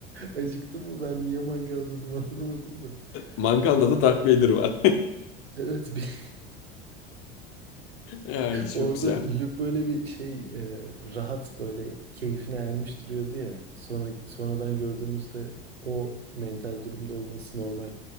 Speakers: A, on the right; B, on the left.
A: Acıktım mı ben niye mangal dedim anlamadım da.
B: Mangalda
A: O,
B: da Darth Vader var.
A: <laughs> evet bir,
B: Ay çok
A: orada
B: güzel.
A: Luke böyle bir şey e, rahat böyle keyfine ermiş duruyordu ya. Sonra sonradan gördüğümüzde o mental durumda olması normal.